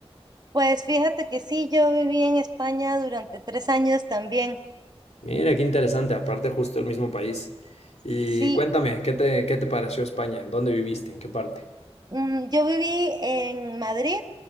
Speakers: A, on the right; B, on the left.
A: Pues fíjate que sí, yo viví en España durante tres años también.
B: Mira, qué interesante, aparte justo el mismo país. Y
A: Sí,
B: cuéntame, ¿qué te, qué te pareció España? ¿En dónde viviste? ¿En qué parte?
A: mm, yo viví en Madrid